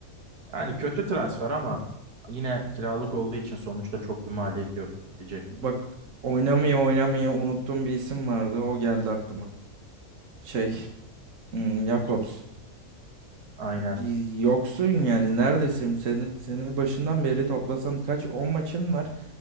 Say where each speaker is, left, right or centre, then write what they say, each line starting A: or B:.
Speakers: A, on the right; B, on the right.
A: Yani kötü transfer ama yine kiralık olduğu için sonuçta çok bir maliyeti yok gidecek.
B: Bak oynamaya oynamaya unuttuğum bir isim vardı. O geldi aklıma. Şey, hmm, Jakobs.
A: Aynen.
B: Bir yoksun yani neredesin? Senin senin başından beri toplasan kaç 10 maçın var.